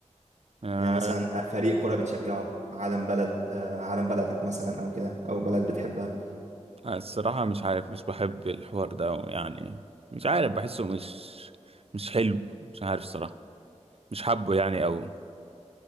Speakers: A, on the right; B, on the right.
A: آه،
B: يعني مثلا آه، فريق كوره بتشجعه علم بلد آه علم بلدك مثلا او كده او بلد بتحبها
A: الصراحه مش عارف مش بحب الحوار ده يعني مش عارف بحسه مش مش حلو مش عارف الصراحه مش حابه يعني قوي